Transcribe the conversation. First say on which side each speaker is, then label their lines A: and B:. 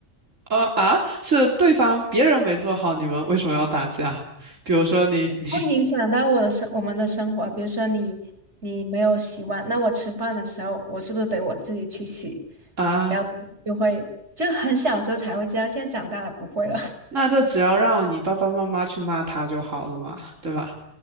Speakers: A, on the right (about 80°); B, on the right (about 60°).
A: 呃啊，是对方别人没做好，你们为什么要打架？比如说你你。
B: 会影响到我的生，我们的生活。比如说你，你没有洗碗，那我吃饭的时候，我是不是得我自己去洗？
A: 啊
B: 然后就会，就很小时候才会这样，现在长大了不会了。
A: 那这只要让你爸爸妈妈去骂他就好了嘛，
B: <laughs>
A: 对吧？